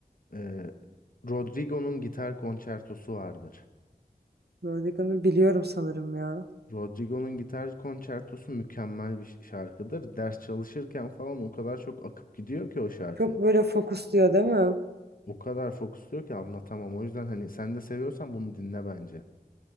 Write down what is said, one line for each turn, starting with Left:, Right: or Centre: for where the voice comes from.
Left: Ee, Rodrigo'nun gitar konçertosu vardır.
Right: Rodrigo'nu biliyorum sanırım ya.
Left: Rodrigo'nun gitar konçertosu mükemmel bir şarkıdır. Ders çalışırken falan o kadar çok akıp gidiyor ki o şarkı.
Right: Çok böyle fokusluyor değil mi?
Left: O kadar fokusluyor ki anlatamam. O yüzden hani sen de seviyorsan bunu dinle bence.